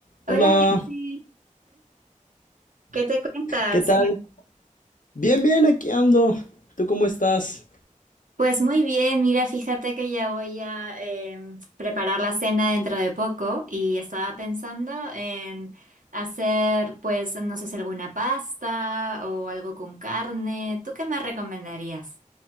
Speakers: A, on the left (about 75°); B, on the right (about 80°).
A: Hola,
B: Hola Alexis, ¿qué te cuentas?
A: ¿qué tal? Bien, bien, aquí ando. ¿Tú cómo estás?
B: Pues muy bien, mira, fíjate que ya voy a em, preparar la cena dentro de poco y estaba pensando en hacer, pues, no sé si alguna pasta o algo con carne. ¿Tú qué me recomendarías?